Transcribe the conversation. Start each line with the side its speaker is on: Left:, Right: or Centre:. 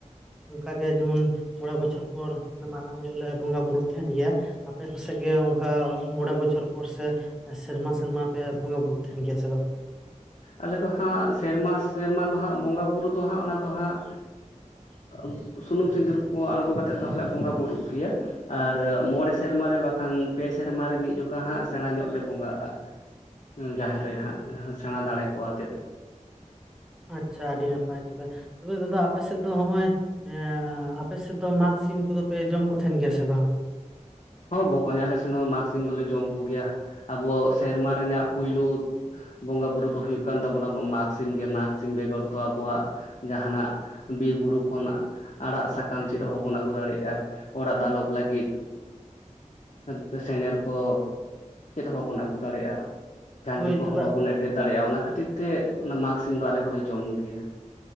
Centre: ᱶ ᱚᱱᱠᱟ ᱜᱮ ᱡᱮᱢᱚᱱ ᱢᱚᱬᱮ ᱵᱚᱪᱷᱚᱨ ᱯᱚᱨ ᱢᱟᱱᱮ ᱢᱟᱨᱟᱝ ᱧᱚᱜ ᱞᱮ ᱵᱚᱸᱜᱟ ᱵᱩᱨᱩᱜ ᱛᱟᱦᱮᱱ ᱜᱮᱭᱟ᱾ ᱟᱯᱮ ᱠᱚᱥᱮᱜ ᱜᱮ ᱚᱱᱠᱟ ᱢᱚᱬᱮ ᱵᱚᱪᱷᱚᱨ ᱯᱚᱨ ᱥᱮ ᱥᱮᱨᱢᱟ ᱥᱮᱨᱢᱟ ᱯᱮ ᱵᱚᱸᱜᱟ ᱵᱩᱨᱩᱜ ᱛᱟᱦᱮᱱ ᱜᱮᱭᱟ ᱥᱮ ᱵᱟ?
Left: ᱟᱞᱮ ᱫᱚ ᱦᱟᱸᱜ ᱥᱮᱨᱢᱟ ᱥᱮᱨᱢᱟ ᱫᱚ ᱦᱟᱸᱜ ᱵᱚᱸᱜᱟ ᱵᱩᱨᱩ ᱫᱚ ᱦᱟᱸᱜ ᱚᱱᱟ ᱫᱚ ᱦᱟᱸᱜ ᱟᱜ ᱥᱩᱱᱩᱢ ᱥᱤᱸᱫᱩᱨ ᱠᱚ ᱟᱬᱜᱚ ᱠᱟᱛᱮᱫ ᱫᱚ ᱦᱟᱸᱞᱮᱜ ᱵᱚᱸᱜᱟ ᱵᱩᱨᱩᱜ ᱜᱮᱭᱟ ᱟᱨ ᱢᱚᱬᱮ ᱥᱮᱨᱢᱟ ᱨᱮ ᱵᱟᱠᱷᱟᱱ ᱯᱮ ᱥᱮᱨᱢᱟ ᱨᱮ ᱢᱤᱜ ᱡᱚᱠᱷᱟ ᱦᱟᱸᱜ ᱥᱮᱬᱟ ᱧᱚᱜ ᱞᱮ ᱵᱚᱸᱜᱟᱜᱼᱟ᱾ ᱦᱩ ᱡᱟᱦᱮᱨ ᱨᱮ ᱦᱟᱸᱜ ᱥᱮᱬᱟ ᱫᱟᱲᱮ ᱠᱚᱣᱟᱛᱮ
Centre: ᱟᱪᱪᱷᱟ ᱟᱹᱰᱤ ᱱᱟᱯᱟᱭ ᱛᱚᱵᱮ ᱛᱚᱵᱮ ᱫᱟᱫᱟ ᱟᱯᱮᱥᱮᱫᱽ ᱫᱚ ᱦᱚᱸᱜᱼᱚᱭ ᱮ ᱟᱯ ᱯᱮ ᱥᱮᱫ ᱫᱚ ᱢᱟᱜᱽ ᱥᱤᱢ ᱠᱚᱫᱚ ᱯᱮ ᱡᱚᱢ ᱠᱚ ᱛᱟᱦᱮᱱ ᱜᱮᱭᱟ ᱥᱮ ᱵᱟᱝ?
Left: ᱦᱚᱸ ᱵᱚᱠᱚᱧ ᱟᱞᱮ ᱥᱮᱱ ᱦᱚᱸ ᱢᱟᱜᱽ ᱥᱤᱢ ᱫᱚᱞᱮ ᱡᱚᱢ ᱠᱚᱜᱮᱭᱟ᱾ ᱟᱵᱚ ᱥᱮᱨᱢᱟ ᱨᱮᱱᱟᱜ ᱯᱩᱭᱞᱩ ᱵᱚᱸᱜᱟ ᱵᱩᱨᱩ ᱫᱚ ᱦᱩᱭᱩᱜ ᱠᱟᱱ ᱛᱟᱵᱚᱱᱟ ᱵᱚᱢ ᱢᱟᱜᱽ ᱥᱤᱢ ᱜᱮ ᱢᱟᱜᱽ ᱥᱤᱢ ᱵᱮᱜᱚᱨ ᱛᱚ ᱟᱵᱚᱣᱟᱜ ᱡᱟᱦᱟᱸᱱᱟᱜ ᱵᱤᱨ ᱵᱩᱨᱩ ᱠᱷᱚ ᱟᱲᱟᱜ ᱥᱟᱠᱟᱢ ᱪᱮᱫᱽ ᱦᱚᱸ ᱵᱚᱱ ᱟᱹᱜᱩ ᱫᱟᱲᱮᱭᱟᱜᱼᱟ ᱚᱲᱟᱜ ᱫᱟᱞᱚᱵᱽ ᱞᱟᱹᱜᱤᱫ ᱦᱩ ᱥᱮᱱᱮᱨ ᱠᱚ ᱪᱮᱫᱽ ᱦᱚᱸᱵᱚᱱ ᱟᱹᱜᱩ ᱫᱟᱲᱮᱜᱼᱟ ᱡᱷᱟᱱᱴᱤ
Centre: ᱦᱳᱭ
Left: ᱠᱚᱦᱚᱸ
Centre: ᱛᱚᱵᱮ
Left: ᱵᱟᱵᱚᱱ ᱮᱴᱮᱫ ᱫᱟᱲᱮᱭᱟᱜᱼᱟ ᱚᱱᱟ ᱠᱷᱟᱹᱛᱤᱨ ᱛᱮ ᱚᱱᱟ ᱢᱟᱜᱽ ᱥᱤᱢ ᱫᱚ ᱟᱞᱮ ᱦᱚᱸᱞᱮ ᱡᱚᱢ ᱜᱮᱭᱟ